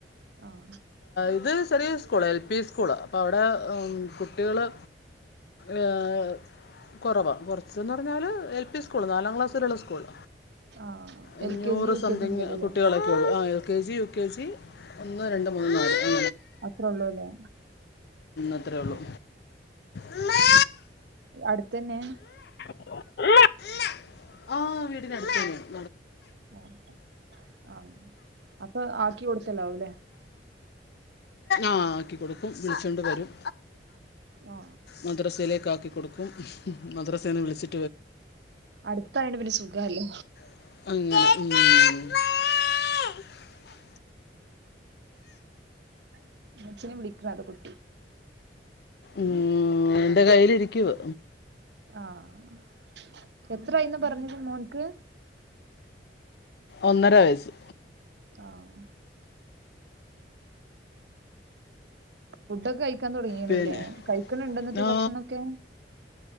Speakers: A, on the right; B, on the left.
A: ആഹ്
B: ഇത് ചെറിയ സ്കൂള് എൽ പി സ്കൂള് അപ്പൊ അവിടെ കുട്ടികള് ഏഹ കുറവാ കൊറച്ച പറഞ്ഞാല് എൽ പി സ്കൂള് നാലാം ക്ലാസ്സിലുള്ള സ്കൂള്
A: ആ
B: അഞ്ഞൂറ്
A: എൽ കെ ജി യു
B: സംതിങ്
A: കെ ജി മുതലല്ലേ
B: കുട്ടികളൊക്കെ ഉള്ളൂ ആ L K G U K G ഒന്ന് രണ്ട മൂന്ന് നാല്
A: അത്രേ ഉള്ളൂ അല്ലേ
B: അത്രേ ഉള്ളു
A: ആ
B: അമ്മേ
A: അടുത്തന്നെ
B: അമ്മേ അമ്മേ ആ വീട് നടുത്ത് അമ്മേ
A: ആഹ് ആഹ് അപ്പോ ആക്കി കൊടുത്തലാവല്ലേ
B: ആഹ് ആക്കി കൊടുക്കും വിളിച്ചോണ്ട് വരും
A: ആ
B: മദ്രസലേക്ക് ആക്കി കൊടുക്കും മദ്രസെന്ന് വിളിച്ചി
A: അടുത്തായണ്ട് പിന്നെ സുഖല്ലേ
B: അങ്ങനെ ഉം
A: <unintelligible>
B: ഉം എന്റെ കയ്യിലിരിക്കുവാ
A: ആഹ് എത്രായിന്നാ പറഞ്ഞത് മോൻക്ക്
B: ഒന്നര വയസ്സ്
A: ആഹ് ഫുഡൊക്കെ കഴിക്കാൻ തൊടങ്ങിയണില്ലേ
B: പിന്നെ
A: കഴിക്കണ ഇണ്ടെന്നിട്ട്
B: ആ,
A: ഭക്ഷണോക്കെ